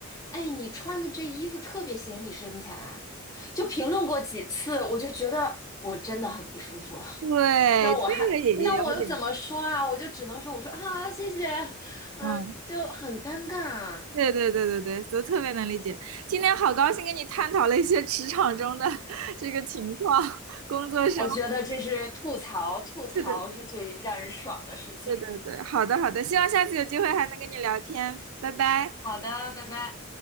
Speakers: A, on the left; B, on the right.
A: “哎，你穿的这衣服特别显你身材。”就评论过几次，我就觉得我真的很不舒服。
B: 对，
A: 那我还，
B: 这个也也有点，
A: 那我又怎么说啊？我就只能说，我说啊，谢谢，嗯、
B: 嗯，
A: 就很尴尬啊。
B: 对对对对对，都特别能理解。今天好高兴跟你探讨了一些职场中的 <laughs> 这个情况，工作生活。
A: 我觉得这是吐槽，吐槽是最让人爽的事情。
B: 对对对对对，好的好的，希望下次有机会还能跟你聊天，拜拜。
A: 好的，拜拜。